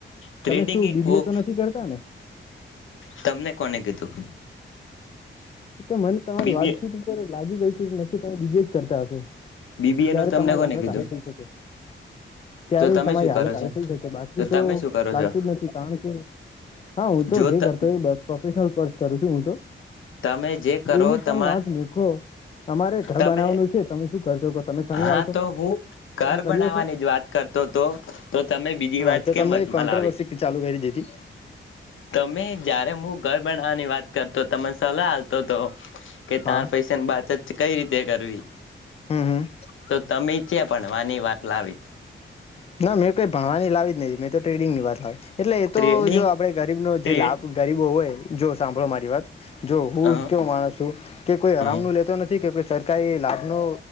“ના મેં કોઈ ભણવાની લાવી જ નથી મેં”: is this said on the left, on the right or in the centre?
Left